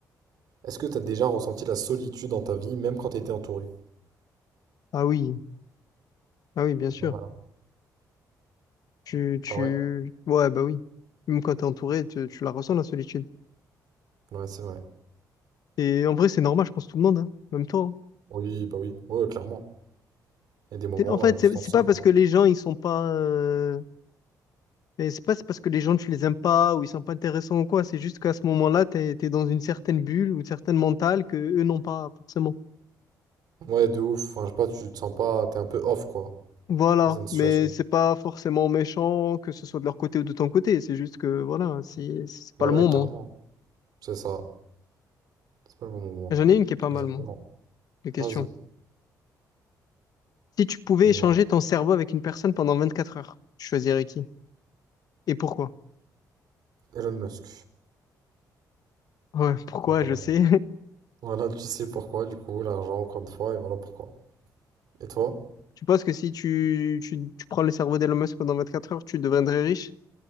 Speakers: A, on the right; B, on the left.
A: Est-ce que t'as déjà ressenti la solitude dans ta vie, même quand t'étais entouré?
B: Ah oui, ah oui, bien sûr.
A: Pas mal. hein.
B: Tu, tu,
A: Ah ouais?
B: ouais, bah oui. Même quand t'es entouré, tu, tu la ressens, la solitude.
A: Ouais, c'est vrai.
B: Et en vrai, c'est normal, je pense, tout le monde, hein. Même toi. hein.
A: Oui, bah oui. Ouais, ouais, clairement. Il y a des moments,
B: C'est- En fait,
A: euh, tu
B: c'est
A: te sens
B: c'est
A: seul,
B: pas parce
A: quoi.
B: que les gens, ils sont pas, euh, Mais c'est pas c'est parce que les gens, tu les aimes pas ou ils sont pas intéressants ou quoi. C'est juste qu'à ce moment-là, t'es, t'es dans une certaine bulle ou une certaine mentale que eux n'ont pas forcément.
A: Ouais, de ouf. Enfin, je sais pas, tu te sens pas, t'es un peu off, quoi,
B: Voilà.
A: face à une situation.
B: Mais c'est pas forcément méchant, que ce soit de leur côté ou de ton côté. C'est juste que, voilà, si, c'est pas
A: Ouais,
B: le moment.
A: clairement. C'est ça. C'est pas le bon moment.
B: J'en ai une qui est pas mal,
A: Exactement.
B: moi, de question.
A: Vas-y,
B: Si tu pouvais
A: dis-moi.
B: échanger ton cerveau avec une personne pendant 24 heures, tu choisirais qui? Et pourquoi?
A: Elon Musk.
B: Ouais, pourquoi,
A: Voilà,
B: je sais. <laughs>
A: Voilà, tu sais pourquoi, du coup, l'argent, encore une fois, et voilà pourquoi. Et toi?
B: Tu penses que si tu, tu, tu prends le cerveau d'Elon Musk pendant 24 heures, tu deviendrais riche?